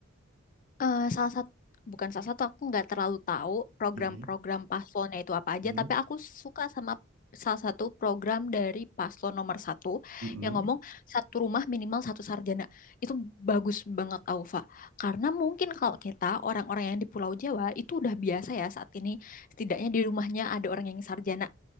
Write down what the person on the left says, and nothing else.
Eh, salah satu bukan salah satu aku nggak terlalu tahu program-program
paslonnya itu apa aja
tapi aku suka sama salah satu program dari paslon nomor satu
yang ngomong satu rumah minimal satu sarjana itu bagus banget Aufa karena mungkin kalau kita orang-orang yang di Pulau Jawa itu udah biasa ya saat ini setidaknya di rumahnya ada orang yang sarjana